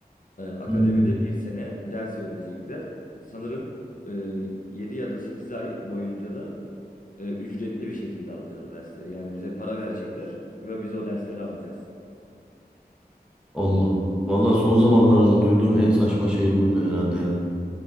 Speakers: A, on the left; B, in the centre.
A: E, akademide
B: Hmm.
A: bir sene ders verecekler. Sanırım e, 7 ya da 8 ay boyunca da e, ücretli bir şekilde alacağız o dersleri. Yani bize para verecekler ve biz o dersleri alacağız.
B: Allah Allah. Valla son zamanlarda duyduğum en saçma şey buydu herhalde ya.